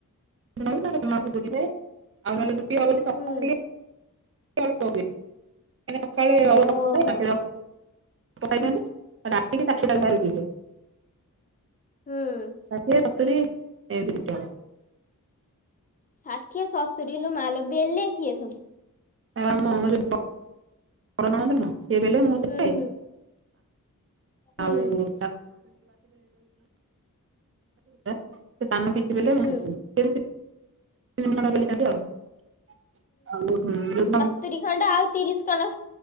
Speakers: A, on the right; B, on the left.
A: <unintelligible> <unintelligible>
B: ହୁଁ
A: ସକାଳେ
B: ଓହୋ
A: <unintelligible>
B: ହୁଁ ହୁଁ
A: ଷାଠିଏ ସତୁରି <unintelligible>
B: ଷାଠିଏ, ସତୁରି ଇଲୋ ମାଲୋ! ବେଲେ କିଏ ସବୁ?
A: ଆମରି <unintelligible> ବଡ଼ ନଣନ୍ଦ ନୁହ ସେ ବେଲେ ମୁଁ ବେଲେ
B: ହୁଁ ହୁଁ ହୁଁ
A: ଆଉ <unintelligible> <unintelligible>
B: ହୁଁ
A: <unintelligible> ଆଉ
B: ସତୁରିଖଣ୍ଡ ଆଉ ତିରିଶ୍ ଖଣ୍ଡ,